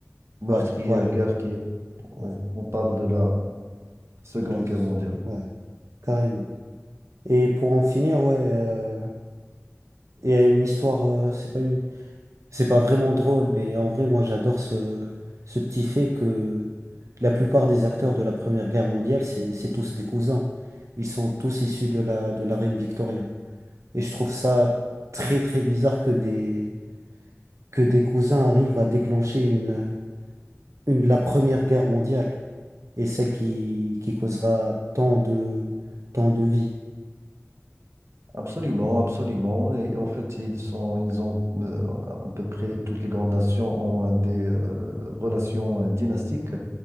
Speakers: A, on the right; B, on the right.
A: meurtrière
B: Ouais, ouais,
A: guerre qui est, on,
B: ouais.
A: on parle de la Seconde
B: De la deuxi-
A: Guerre mondiale.
B: Ouais, carrément. Et pour en finir, ouais. euh, et à une histoire, euh, c'est pas une C'est pas vraiment drôle, mais en vrai, moi, j'adore ce, ce petit fait que la plupart des acteurs de la Première Guerre mondiale, c'est, c'est tous des cousins. Ils sont tous issus de la, de la reine Victoria. Et je trouve ça très, très bizarre que des, que des cousins arrivent à déclencher une, une, la Première Guerre mondiale et celle qui, qui causera tant de, tant de vies.
A: Absolument, absolument. Et en fait, ils sont, ils ont euh, à peu près toutes les grandes nations ont euh, des euh, relations euh, dynastiques.